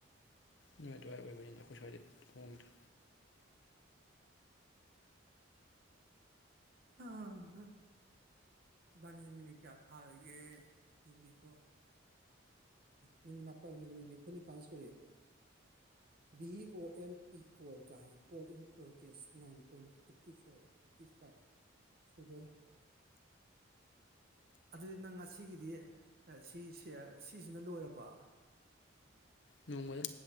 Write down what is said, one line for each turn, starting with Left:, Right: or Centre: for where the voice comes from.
Left: ꯅ ꯑꯗꯨꯋꯥꯥꯏ ꯑꯣꯏꯕꯅꯤꯗ ꯑꯩꯈꯣꯏ ꯁ꯭ꯋꯥꯏꯗ ꯍꯣꯗ
Right: ꯑ ꯏꯕꯥꯅꯤꯁꯤ ꯃꯤꯅ ꯀꯌꯥ ꯐꯥꯔꯒꯦ ꯌꯦꯡꯒꯀꯣ ꯃꯤꯅꯤꯠ ꯃꯥꯄꯜꯒꯤ ꯅꯨꯃꯤꯠ ꯅꯤꯐꯨ ꯅꯤꯄꯥꯜ ꯁꯨꯔꯦ V O L P call ꯀꯥ ꯍꯥꯏꯦ call in process nine point fifty four fifty five ꯁꯨꯗꯅꯤ ꯑꯗꯨꯗꯤ ꯅꯪ ꯉꯁꯤꯒꯤꯗꯤ ꯁꯤꯁ ꯁꯤꯁꯤꯅ ꯂꯣꯏꯔꯕ
Left: ꯅꯣꯡꯃꯗ